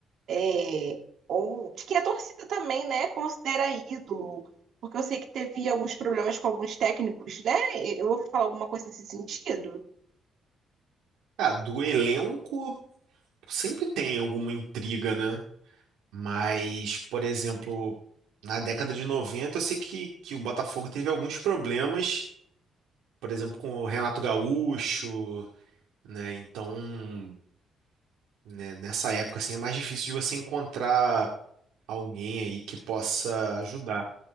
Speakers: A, on the right; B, on the right.
A: é, ou de que a torcida também, né, considera ídolo, porque eu sei que teve alguns problemas com alguns técnicos, né? Eu ouvi falar alguma coisa nesse sentido.
B: Ah, do elenco sempre tem alguma intriga, né? Mas, por exemplo, na década de 90, eu sei que, que o Botafogo teve alguns problemas por exemplo, com o Renato Gaúcho, né? Então, né, nessa época assim é mais difícil de você encontrar alguém aí que possa ajudar.